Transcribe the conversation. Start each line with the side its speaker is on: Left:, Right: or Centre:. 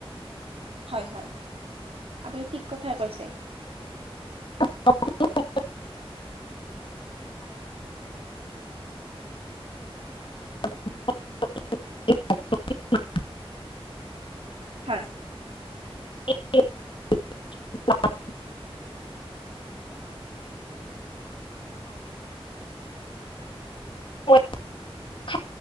Right: হয় হয়। আপুনি ঠিক কথাই কৈছে।
Left: অ <unintelligible> <unintelligible>
Right: হয়।
Left: এক <unintelligible> ম <unintelligible>